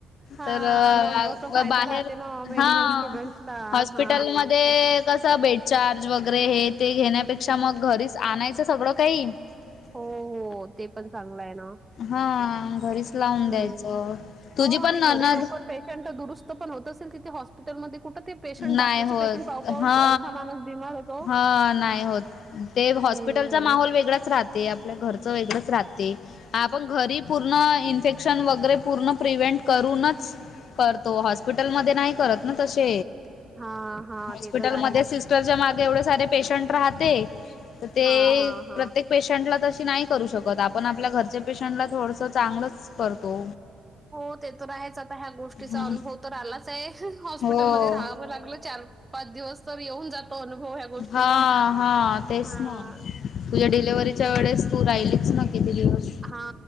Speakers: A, on the right (about 20°); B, on the left (about 65°).
A: हा
B: तर
A: मग अस फायदा
B: बाहेर
A: राहते ना मेडिकल
B: हा
A: स्टुडंटचा
B: हॉस्पिटलमध्ये
A: हा
B: कसं बेडचार्ज वगैरे हे ते घेण्यापेक्षा मग घरीच आणायचं सगळं काही ह
A: हो, हो ते पण चांगलं आहे ना
B: हा घरीच लावून
A: हं.
B: द्यायचं तुझी
A: हो आणि
B: पण ननद
A: घरी लवकर पेशंट दुरुस्त पण होत असल तिथे हॉस्पिटलमध्येध्ये कुठं ते पेशंट
B: नाही
A: बाकीचे
B: होत
A: पेशंट पाहू पाहूच
B: हा
A: अर्धा माणूस बिमार होतो.
B: हा नाही होत ते हॉस्पिटलचा
A: हम्म
B: माहोल वेगळाच राहते आपल्या घरचं वेगळंच राहते आपण घरी पूर्ण इन्फेक्शन वगैरे पूर्ण प्रिव्हेंट करूनच करतो हॉस्पिटलमध्येध्ये नाही करत ना तसे
A: हा हा
B: हॉस्पिटल
A: ते तर
B: मध्ये
A: आहेच.
B: सिस्टरच्या मागे एवढे सारे पेशंट राहते तर ते
A: हा हा हा.
B: प्रत्येक पेशंटला तशी नाही करू शकत आपण आपल्या घरच्या पेशंटला थोडस चांगलंच करतो
A: हो ते तर आहेच आता ह्या गोष्टीचा
B: हम्म
A: अनुभव तर आलाच आहे हॉस्पिटलमध्येध्ये
B: हो
A: राहावं लागलं चार पा दिवस येऊन जातो अनुभव गोष्टीचा
B: हा हा तेच
A: हा.
B: ना तुझ्या
A: हम्म
B: डिलेव्हीच्या वेळेस तूर राहिलेच न किती दिवस
A: हा